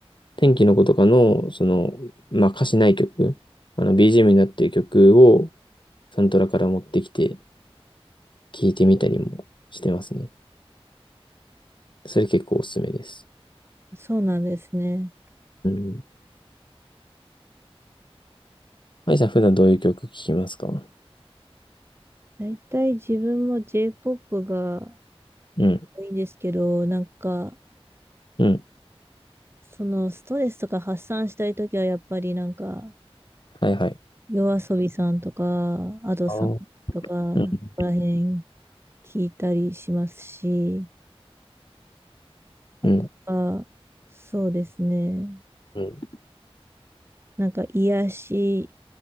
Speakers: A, on the left (about 50°); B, on the right (about 25°).
A: 天気の子とかの、その、まあ歌詞ない曲、あの BGM になっている曲をサントラから持ってきて聴いてみたりもしてますね。それ結構おすすめです。
B: そうなんですね。
A: うんはいさん、普段どういう曲聴きますかう
B: 大体自分も J-POP が
A: ん、
B: 多いんですけど、なんか、
A: うん、
B: そのストレスとか発散したいときは、やっぱりなんか、
A: はいはい。
B: 夜遊びさんとか、アドさんとか、
A: あ
B: そこら辺
A: ーうん、
B: 聞いたりしますし、あとは、
A: うん、
B: そうですね、
A: うん、
B: なんか癒し、